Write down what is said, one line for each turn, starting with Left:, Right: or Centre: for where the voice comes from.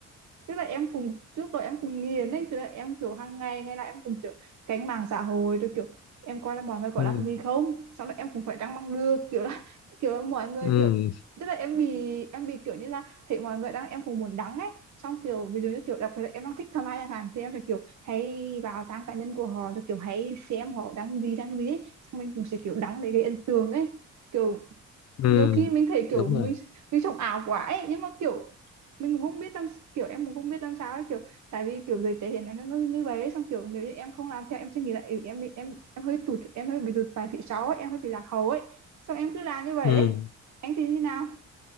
Right: tức là em cùng trước đó em cùng nghiền ấy tức là em kiểu hàng ngày ngày nào em cùng kiểu cánh mạng xã hội rồi kiểu em coi là mọi người có
Left: Ừ,
Right: đăng gì không xong là em cũng phải đăng bằng được kiểu là <laughs> kiểu là mọi người
Left: ừ,
Right: kiểu tức là em bị em bị kiểu như là thấy mọi người đăng em cũng muốn đăng ấy xong kiểu ví dụ như kiểu đặc biệt là em đang thích thầm ai chẳng hạn thì em sẽ kiểu hay vào trang cá nhân của họ rồi kiểu hãy xem họ đăng gì đăng gì ấy. xong mình cũng sẽ kiểu đăng để gây ấn tượng ấy kiểu
Left: ừ,
Right: nhiều khi mình thấy kiểu
Left: đúng
Right: mình
Left: rồi.
Right: mình sống ảo quá ấy nhưng mà kiểu mình cũng không biết làm kiểu em cũng không biết làm sao ấy kiểu tại vì kiểu giới trẻ hiện nay nó nó như vậy ấy, xong kiểu nếu như em không làm theo em sẽ nghĩ là ừ, em bị- em em hơi tụt em hơi bị tụt vài phía sau ấy, em hơi bị lạc hậu ấy xong em cứ làm như vậy
Left: Ừ,
Right: ấy anh thì như nào